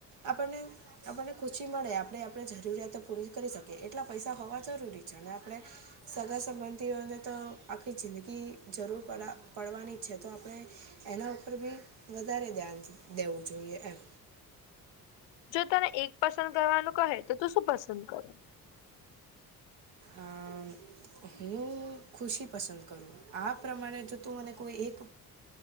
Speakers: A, on the right; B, on the left.
A: આપણને આપણને ખુશી મળે આપણે આપણે જરૂરિયાતો પૂરી કરી શકીએ એટલા પૈસા હોવા જરૂરી છે અને આપણે સગા સંબંધીઓને તો આખી જિંદગી જરૂર પ પડવાની છે તો આપણે એના ઉપર બી વધારે ધ્યાન દેવું જોઈએ એમ
B: જો તને એક પસંદ કરવાનું કહે તો તું શું પસંદ કરે?
A: આ હું ખુશી પસંદ કરું આ પ્રમાણે જો તું મને કોઈ એક